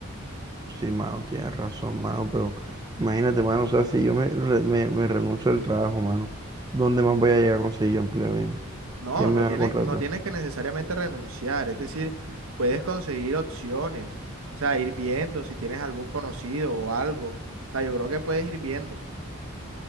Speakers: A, on the right; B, on the right.
A: Sí, mano, tienes razón, mano, pero imagínate, mano, o sea, si yo me, re- me, me renuncio al trabajo, mano, ¿dónde más voy a llegar a conseguir yo empleo? Dime,
B: No,
A: ¿quién
B: no
A: me va
B: tienes,
A: a contratar?
B: no tienes que necesariamente renunciar, es decir, puedes conseguir opciones, o sea, ir viendo si tienes algún conocido o algo, o sea, yo creo que puedes ir viendo,